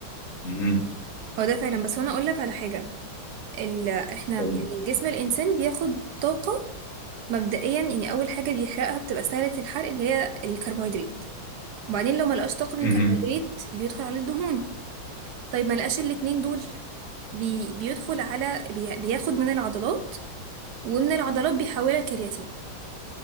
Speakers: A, on the left; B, on the right.
A: مهم.
B: هو ده فعلا بس انا اقول لك على حاجه ال... احنا يعني
A: اتفضل
B: جسم الانسان بياخد طاقه مبدئيا يعني اول حاجه بيحرقها بتبقى سهله الحرق اللي هي الكربوهيدرات وبعدين لو ما لقاش طاقه من
A: مهم.
B: الكربوهيدرات بيدخل على الدهون طيب ما لقاش الاتنين دول بي بيدخل على بي بياخد من العضلات ومن العضلات بيحولها كرياتين